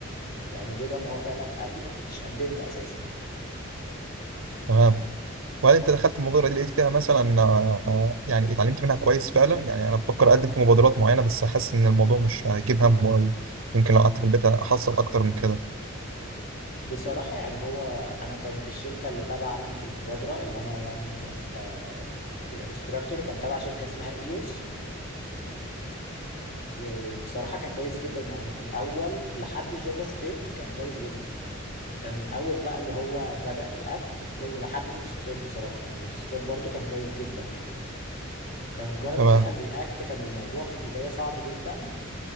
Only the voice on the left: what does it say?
يعني لولا ان هو فعلا قال لي ما كنتش قدمت اساسا
بصراحة يعني هو انا كانت الشركة اللي تبعي في المبادرة اللي انا يعني آه الانستراكتور كان تبع شركة اسمها ايوس وبصراحة كان كويس جدا يعني في الأول لحد الجافا سكريبت كان كويس جدا آه، من أول بقى اللي هو بدأ رياكت لو لحد ووت ستريب بصراحة يعني ووت ستريب برضو كان كويس جدا جدا آه، مجرد
ما دخل رياكت كان الموضوع في البداية صعب جدا